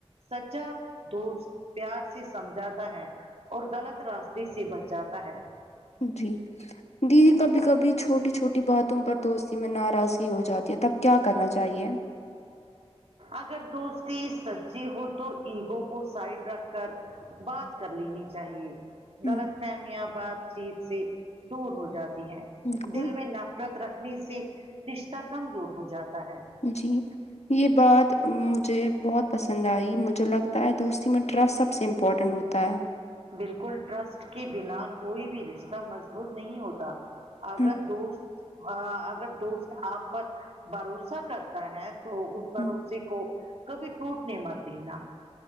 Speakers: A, on the right; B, on the left.
A: سچا دوست پیار سے سمجھاتا ہے اور غلط راستے سے بچاتا ہے
B: جی دی کبھی کبھی چھوٹی چھوٹی باتوں پر دوستی میں ناراضگی ہو جاتی ہے تب کیا کرنا چاہیے
A: اگر دوستی سچی ہو تو ایگو کو سائڈ رکھ کر بات کر لینی چاہیے
B: ہوں
A: غلط فہمیاں بات چیت سے دور ہو جاتی ہے
B: بالکل
A: دل میں نفرت رکھنے سے رشتہ کمزور ہو جاتا ہے
B: جی یہ بات مجھے بہت پسند آئی مجھے لگتا ہے دوستی میں ٹرسٹ سب سب سے امپورٹنٹ ہوتا ہے
A: بالکل ٹرسٹ کے بنا کوئی بھی رشتہ مضبوط نہیں ہوتا اگر
B: ہوں
A: دوست ا اگر دوست آپ پر بھروسہ کرتا ہے تو اس
B: ہوں
A: بھروسہ کو کبھی ٹوٹنے مت دینا